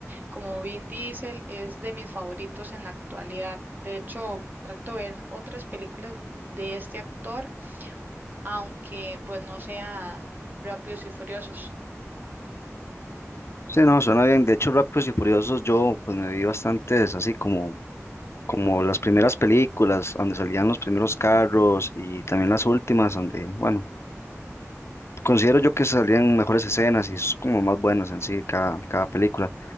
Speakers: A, on the right; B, on the left.
A: como Vin Diesel, es de mis favoritos en la actualidad. De hecho, trato de ver otras películas de este actor, aunque pues no sea Rápidos y Furiosos.
B: Sí, no, suena bien. De hecho, Rápidos y Furiosos, yo pues me vi bastantes, así como, como las primeras películas, donde salían los primeros carros y también las últimas, donde, bueno, considero yo que salían mejores escenas y es como más buenas en sí cada, cada película.